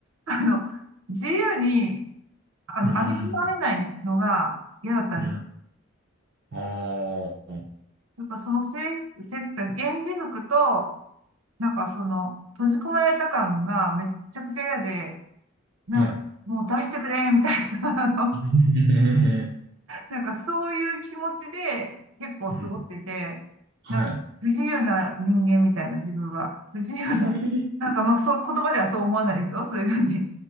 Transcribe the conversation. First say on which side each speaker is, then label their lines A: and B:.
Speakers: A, on the right; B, on the right.
A: あの、自由に、あの、
B: うーん。
A: 歩き回れないのが嫌だったんですよ。
B: うん。ああ、
A: やっぱその制服、制服って、園児服と、なんかその、閉じ込められた感がめっちゃくちゃ嫌で、なんか、
B: はい。
A: もう出してくれ、みたいな、<laughs> あの
B: <laughs>
A: なんかそういう気持ちで結構過ごしてて、
B: うんはい。
A: なんか不自由な人間みたいな自分は。不自由な。
B: <laughs>
A: なんかまあそう、言葉ではそう思わないですよ、そういうふうに。